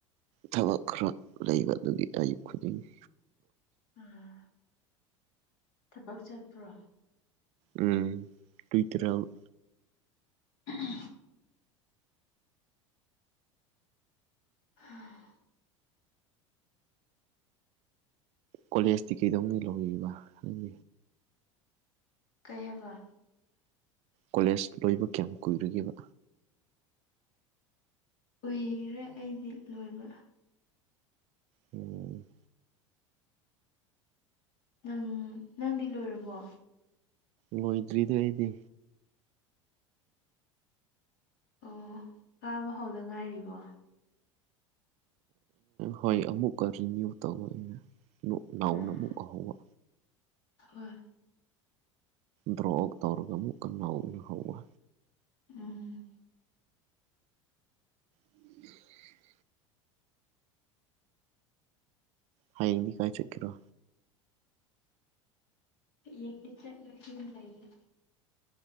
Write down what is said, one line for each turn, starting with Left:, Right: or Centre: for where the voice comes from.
Right: ꯊꯕꯛ ꯈꯔ ꯂꯩꯕ ꯑꯗꯨꯒꯤ ꯑꯌꯨꯛ ꯈꯨꯗꯤꯡꯒꯤ
Left: ꯎꯝ ꯊꯕꯛ ꯆꯠꯄ꯭ꯔꯣ
Right: ꯎꯝ ꯇꯨꯏꯇꯔꯥꯎ
Left: ꯎꯝ ꯎꯝ ꯎꯝ
Right: ꯀꯣꯂꯦꯖ ꯇꯤꯀꯩꯗꯧꯅ ꯂꯧꯕꯤꯕ ꯈꯪ
Left: ꯀꯩ ꯍꯥꯏꯕ
Right: ꯀꯣꯂꯦꯖ ꯂꯣꯏꯕ ꯀꯌꯥꯝ ꯀꯨꯏꯔꯒꯦꯕ
Left: ꯀꯨꯏꯔꯦ ꯑꯩꯗꯤ ꯂꯣꯏꯕ
Right: ꯎꯝ
Left: ꯅꯪ ꯅꯪꯗꯤ ꯂꯣꯏꯔꯕꯣ
Right: ꯂꯣꯏꯗ꯭ꯔꯤꯗꯤ ꯑꯩꯗꯤ
Left: ꯑꯣ ꯀꯥꯕ ꯍꯧꯎꯗ ꯉꯥꯏꯔꯤꯕꯣ
Right: ꯍꯣꯏ ꯑꯃꯨꯛꯀ ꯔꯤꯅ꯭ꯌꯨ ꯇꯧꯕ ꯑꯩꯅ ꯅꯥꯎꯅ
Left: ꯎꯝ
Right: ꯑꯃꯨꯛꯀ ꯍꯧꯕ
Left: ꯍꯣꯏ
Right: ꯗ꯭ꯔꯣ ꯑꯠ ꯇꯧꯔꯒ ꯑꯃꯨꯛꯀ ꯅꯧꯅ ꯍꯧꯋꯦ
Left: ꯎꯝ
Right: <inaudible> ꯍꯌꯦꯡꯗꯤ ꯀꯥꯏ ꯆꯠꯀꯔꯣ
Left: ꯌꯦꯗꯤ ꯈꯥꯊꯂꯥ ꯌꯨꯝ ꯏꯅꯤ